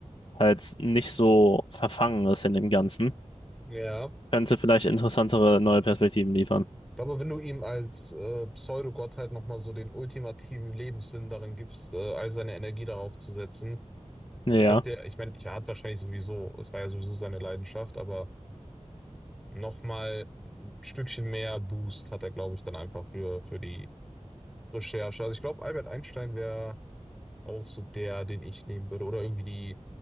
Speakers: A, on the left (about 45°); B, in the centre.
A: halt nicht so verfangen ist in dem Ganzen.
B: Ja.
A: Könnte vielleicht interessantere neue Perspektiven liefern.
B: Aber wenn du ihm als äh, Pseudogottheit nochmal so den ultimativen Lebenssinn darin gibst, äh, all seine Energie darauf zu setzen,
A: Ja.
B: könnte er, ich meine, ich er hat wahrscheinlich sowieso, es war ja sowieso seine Leidenschaft, aber nochmal ein Stückchen mehr Boost hat er, glaube ich, dann einfach für, für die Recherche. Also ich glaube, Albert Einstein wäre auch so der, den ich nehmen würde. Oder irgendwie die